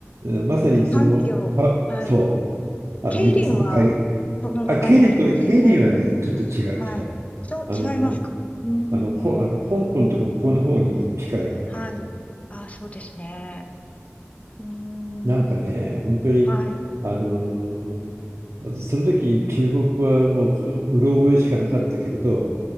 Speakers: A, on the right; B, on the left.
A: まさにそのかそ
B: 三教。はい。
A: うあの3つの海、
B: 桂林は、その中にありますね。
A: あ、ケイリンと、ケイリンはね、ちょっと違う違う。
B: はい。ちょ、違いますかうーん。
A: あの、あの、ほ、あの香港とか向こうの方に近いから。
B: はい。ああ、そうですね。うーん。
A: なんかね、本当に、
B: はい。
A: あの、その時中国語はもう、うろ覚えしかなかったけれど、